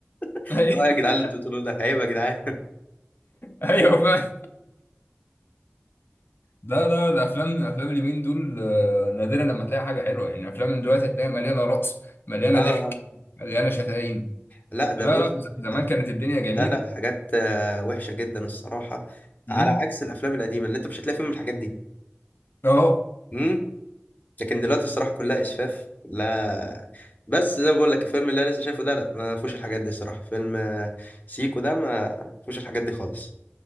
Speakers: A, on the left (about 45°); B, on the left (about 60°).
A: <laughs>
B: ايوه
A: لا يا
B: <laughs>
A: جدعان اللي انتوا بتقولوه ده عيب يا جدعان
B: ايوه فاهم لا لا الافلام الافلام اليومين دول آه، نادرا لما تلاقي حاجه حلوه يعني الافلام من دلوقتي هتلاقي مليانه رقص مليانه
A: اه
B: ضحك
A: اه
B: مليانه شتايم
A: لا ده
B: لا
A: بص
B: لا ز- زمان كانت الدنيا جميله
A: لا لا حاجات آه، وحشة جدا الصراحة على
B: امم
A: عكس الافلام القديمة اللي انت مش هتلاقي فيهم الحاجات دي
B: اه
A: امم لكن دلوقتي الصراحة كلها اسفاف كلها بس زي ما بقول لك الفيلم اللي انا لسه شايفه ده لا ما فيهوش الحاجات دي الصراحة فيلم آه، سيكو ده ما فيهوش الحاجات دي خالص